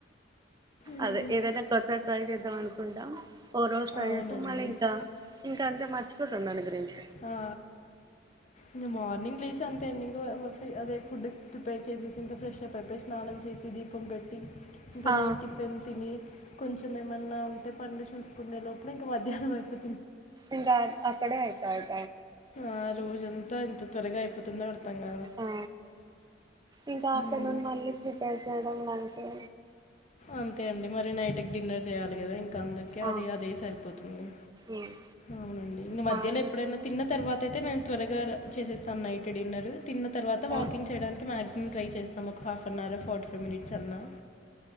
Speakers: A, on the left; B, on the right.
A: మ్మ్.
B: అదే ఏదైనా కొత్తగ ట్రై చేద్దాం అనుకుంటాం ఓ రోజు ట్రై
A: అవునండి.
B: చేస్తాం మళ ఇంకా ఇం అంతే మర్చిపోతం దాని గురించి
A: ఆ ఇంగ మార్నింగ్ లేసి అంతే అండి ఇంకో వో వ ఫి అదే ఫుడ్ ప్రిపేర్ చేసేసి ఇంకా ఫ్రెష్ అప్ అయిపోయి స్నానం చేసి దీపం పెట్టి ఇంకానేన్
B: ఆ
A: టిఫెన్ తిని కొంచెం ఏమన్నా ఉంటే పనులు చూసుకుండే లోపలే ఇంకా మధ్యాహ్నం అయిపో
B: ఇంకా అక్కడే టాగ్
A: ఆ రోజంతా ఇంత త్వరగా అయిపోతుందిో అర్ ర్థం గ
B: ఆ ఇంకా
A: హ్మ్.
B: ఆఫ్టర్నూన్ మళ్ళీ ప్రిపేర్ చేయడం లంచ్ ఓ
A: అంతే అండి మరి నైట్కి డిన్నర్ చేయాలి కదా ఇంకా అందరికి అదే
B: ఆ
A: ఇగ అదే సరిపోతుంది
B: ఉమ్,
A: అవునండి ఇంగ మధ్యలో
B: మా ఇ-
A: ఎప్పుడైనా తిన్న తర్వాత తయితే మేము త్వరగా చేసేస్తాం నైట్ డిన్నర్ తిన్న తర్వాత వాకింగ్
B: ఆ,
A: చేయడానికి మ్యాక్సి మ్ ట్రై చేస్తాము ఒక half an hour forty five minutes అన్నా